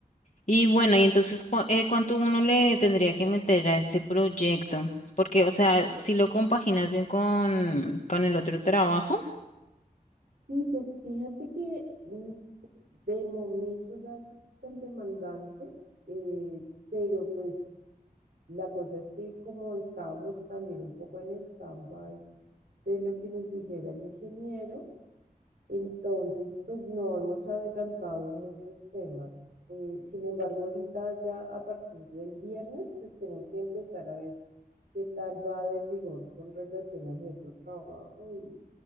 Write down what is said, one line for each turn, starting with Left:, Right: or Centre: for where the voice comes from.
Left: Y bueno, y entonces, cu- eh, ¿cuánto uno le tendría que meter a ese proyecto? Porque, o sea, si lo compaginas bien con, con el otro trabajo,
Right: Sí, pues fíjate que mm, de momento no ha sido tan demandante, eh, pero pues la cosa es que como estábamos también un poco en stand-by de lo que nos dijera el ingeniero, entonces pues no hemos adelantado muchos temas. Eh, sin embargo, ahorita ya a partir del viernes pues tengo que empezar a ver qué tal va de rigor con relación a mi otro trabajo y,